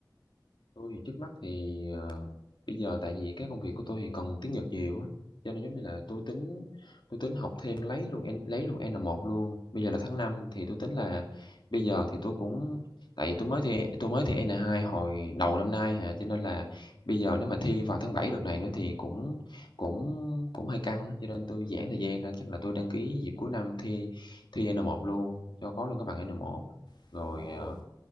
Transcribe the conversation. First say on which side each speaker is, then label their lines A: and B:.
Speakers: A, on the left (about 85°); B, on the left (about 70°).
A: Tôi thì trước mắt thì, ờ, bây giờ tại vì cái công việc của tôi thì cần tiếng Nhật nhiều á, cho nên giống như là tôi tính tôi tính học thêm lấy luôn N lấy luôn N1 luôn. Bây giờ là tháng 5 thì tôi tính là bây giờ thì tôi cũng tại vì tôi mới thi tôi mới thi N2 hồi đầu năm nay hà, cho nên là bây giờ nếu mà thi vào tháng 7 đợt này nữa thì cũng cũng cũng hơi căng á, cho nên tôi giãn thời gian ra. Chắc là tôi đăng ký dịp cuối năm thi thi N1 luôn, cho có luôn cái bằng N1.
B: Ồ
A: Rồi, ờ
B: à, ồ